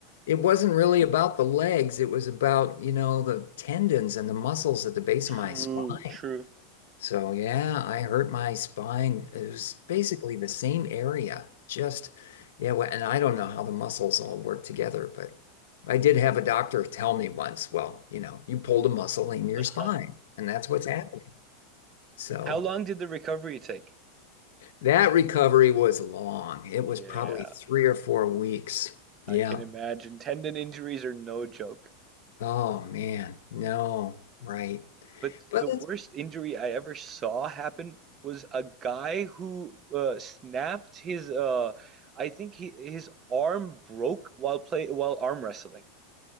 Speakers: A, on the left (about 85°); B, on the right (about 25°).
A: It wasn't really about the legs. It was about, you know, the tendons and the muscles at the base
B: True,
A: of my spine.
B: true.
A: So yeah, I hurt my spine. It was basically the same area, just yeah. wh- And I don't know how the muscles all work together, but I did have a doctor tell me once, well, you know, you pulled a muscle in your
B: Uh-huh.
A: spine, and that's what's happening. So
B: <laughs> How long did the recovery take?
A: that recovery was long. It
B: Yeah,
A: was probably three or four weeks.
B: I
A: Yeah.
B: can imagine. Tendon injuries are no joke.
A: Oh man, no, right.
B: But
A: But
B: the worst
A: it's,
B: injury I ever saw happen was a guy who uh, snapped his uh I think he, his arm broke while play while arm wrestling.